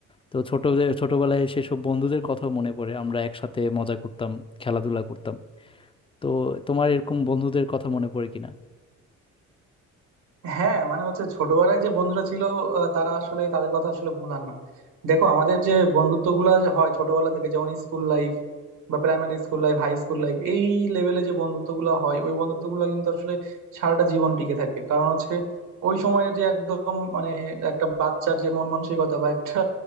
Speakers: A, on the left; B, on the right.
A: তো ছোটদের ছোটবেলায় সেসব বন্ধুদের কথা মনে পড়ে আমরা একসাথে মজা করতাম খেলাধুলা করতাম তো তোমার এরকম বন্ধুদের কথা মনে পড়ে কিনা
B: হ্যাঁ মানে হচ্ছে ছোটবেলায় যে বন্ধুরা ছিল আহ, তারা আসলে তাদের কথা আসলে ভোলার না দেখো আমাদের যে বন্ধুত্ব গুলা হয় ছোটবেলা থেকে যেমন স্কুল লাইফ বা primary school life high school life এই লেভেলে যে বন্ধুত্ব গুলা হয় ওই বন্ধুত্ব গুলা কিন্তু আসলে সারাটা জীবন টিকে থাকে কারণ হচ্ছে ওই সময়ের যে একদম মানে একটা বাচ্চার যে মন মানসিকতা বা একটা